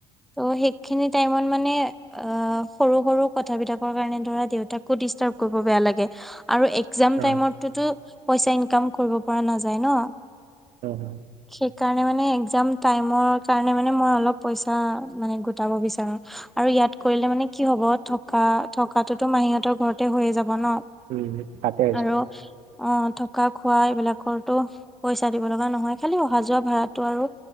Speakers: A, in the centre; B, on the right (about 65°).
A: ত' সেইখিনি টাইমত মানে আ' সৰু সৰু কথাবিলাকৰ কাৰণে ধৰা দেউতাকো ডিষ্টাৰ্ব কৰিব বেয়া লাগে। আৰু একজাম
B: হয়
A: টাইমততো পইচা ইনকাম কৰিব পৰা নাযায় ন'
B: অ'
A: সেইকাৰণে মানে একজাম টাইমৰ কাৰণে মানে মই অলপ পইচা মানে গোটাব বিচাৰোঁ। আৰু ইয়াত কৰিলে মানে কি হব। থকা থকাটোটো মাহীহঁতৰ ঘৰতে হৈয়ে যাব ন',
B: উম তাতে আহিছো
A: আৰু অ', থকা খোৱা এইবিলাকৰটো পইচা দিব লগা নহয়। খালি অহা যোৱা ভাড়াটো আৰু।